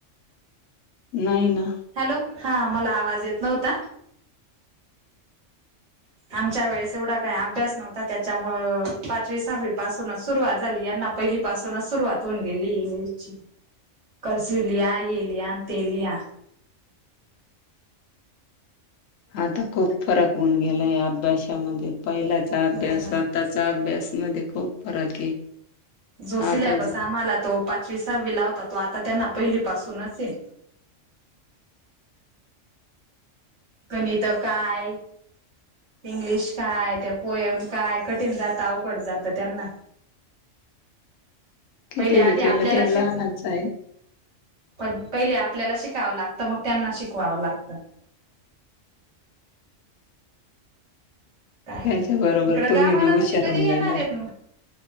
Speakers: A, on the left; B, on the right.
A: नाही ना
B: हॅलो हा मला आवाज येत नव्हता आमच्या वेळेस एवढा काही अभ्यास नव्हता त्याच्यामुळे पाचवी सहावी पासूनच सुरुवात झाली यांना पहिली पाासूनच सुरुवात होऊन गेली इंग्लिश ची करस लिया येलिया तेलिया
A: आता खूप फरक होऊन गेलाय अभ्यासामध्ये पहिल्याच्या अभ्यासात
B: हो ना
A: त्याचा अभ्यासमध्येध्ये खूप फरक आहे
B: जो सिलेबस
A: आता जे
B: आम्हाला तो पाचवी सहावी लावता तो आता त्यांना पहिलीपासूनच आहे गणित काय इंग्लिश काय त्या पोयम काय कठीण जातं अवघड जातं त्यांना
A: किती
B: पहिले आधी
A: बी
B: आपल्याला
A: केलं ते
B: अस
A: लहानच आहे
B: पण पहिले आपल्याला शिकावं लागतं मग त्यांना शिकवावं लागतं काय
A: त्यांच्या बरोबर
B: इकडं गावाला
A: बी हुशार
B: तुम्ही कधी
A: होऊन
B: येणारेत
A: जाणार
B: मग